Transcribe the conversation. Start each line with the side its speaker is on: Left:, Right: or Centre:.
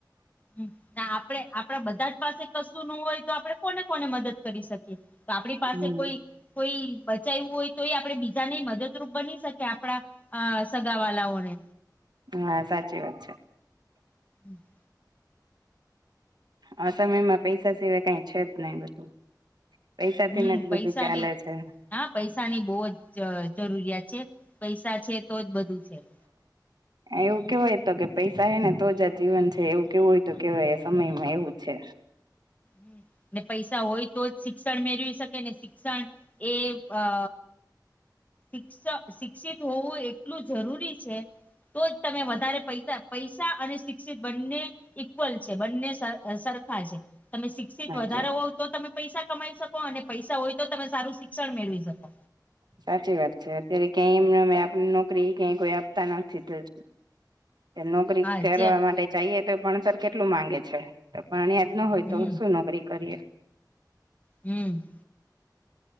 Left: હમ આપડે આપડે બધા જ પાસે કશું ન હોય તો આપડે કોને કોને મદદ કરી શકીએ તો આપણી પાસે
Right: હમ
Left: કોઈ કોઈ બચાવવુ હોય, તો એ આપડે બીજાને મદદરૂપ બની શકે આપડા હ સગાંવહાલાં ઓને
Right: હા સાચી વાત છે.
Left: હમ <unintelligible>
Right: આ સમયમાં પૈસા સિવાય કઈ છેજ, નહી. પૈસા
Left: હમ
Right: થીને જ બધુ
Left: પૈસાની
Right: ચાલે છે.
Left: હા પૈસાની બહુ જ જરૂરિયાત છે, પૈસા છે તો જ બધુ છે. હ <unintelligible>
Right: એવુ કેવાય તો કે પૈસા હે ને તો જ જીવન છે એવું કેવુ હોય, તો કેવાય સમયમાં એવુ છે.
Left: હ ને પૈસા હોય તો જ શિક્ષણ મેળવી શકે ને શિક્ષણ એ અ શિક્ષ શિક્ષિત હોવુ એટલુ જરૂરી છે, તો જ તમે વધારે પૈસા પૈસા અને શિક્ષિત બને ઈક્વલ છે, બને સરખા છે. તમે શિક્ષિત
Right: સાચે
Left: વધારો હોવ, તો તમે પૈસા કમાઈ શકો અને પૈસા હોય તો તમે સરુ શિક્ષણ મેળવી શકો
Right: સાચી વાત છે, અત્યારે ક્યાંય એમ અ આપ નોકરી ક્યાંય કોઈ આપતા નથી. તે નોકરી
Left: હા
Right: કરવા
Left: જે
Right: માટે જઈએ તો ભણતર કેટલુ માંગે છે. પાણી યાદ ના હોય,
Left: હમ
Right: તો સુું નોકરી કરીએ
Left: હમ્મ